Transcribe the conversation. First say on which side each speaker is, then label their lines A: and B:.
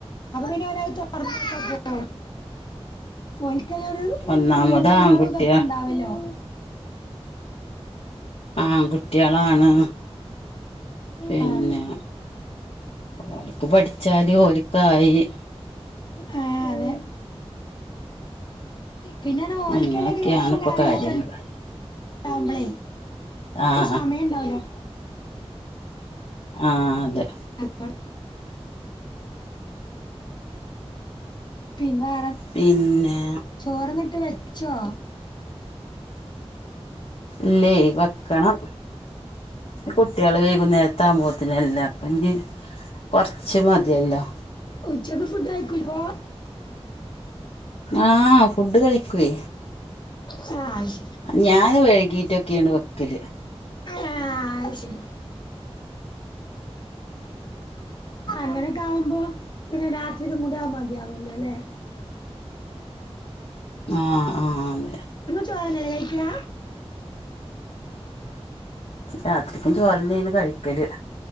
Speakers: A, on the left; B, on the left.
A: അപ്പ പിന്നോലത് തൊ ർക്ക <unintelligible> ഓനിക്കയിനൊരു
B: ഒന്നാമത്
A: ഗ്രൂപ്പുകളും
B: ആൺകുട്ടിയ
A: ഇതൊക്കെ ഇണ്ടാവല്ലോ,?
B: ആങ്കുട്ട്യാളാണ് പിന്നെ
A: ആഹ്
B: ഓൽക്ക് പഠിച്ചാല് ഓല്ക്കായി
A: ഏഹ് അതെ പിന്നേർഞ്ഞാ ഓൽക്കെന്നെ
B: അങ്ങനെയൊക്കെയാണ്
A: ഗ്രൂപ്പും
B: ഇപ്പൊ
A: കാര്യങ്ങളൊക്കെ
B: കാര്യങ്ങള്
A: ണ്ടാവുമ്പളേ
B: ആഹ്
A: സമയം ണ്ടാവൂലാ
B: ആഹ് അതെ
A: <unintelligible> പിന്നെ
B: പിന്നേ
A: ചോറെന്നിട്ട് വെച്ചോ
B: ഇല്ലേ വെക്കണം കുട്ട്യേള് വെയ്കുന്നേര്ത്താവുമ്പോത്തിനല്ലെ അപ്പെഞ്ഞ് കൊർച്ച് മത്യല്ലോ
A: ഉച്ചക്ക് ഫുഡ് കയ്ക്കൂൽ വോ
B: ആഹ് ഫുഡ്ഡ് കയ്ക്ക്വേ
A: സ്നാഷ്
B: ഞാന് വെഴ്കീട്ടൊക്കേണ് വെക്കെല്
A: ആഹ് അത് ശെരി ങ്ങെനെക്കാവുമ്പോ പിന്നെ രാത്രിക്കും കൂടെ അത് മത്യാവാെല്ലെലേ
B: ആഹ് ആഹ് അതെ
A: ചോറെന്നെല്ലെ കയ്ക്കാ
B: രാത്രിക്കും ചോറെന്നേണ് കഴിക്കല്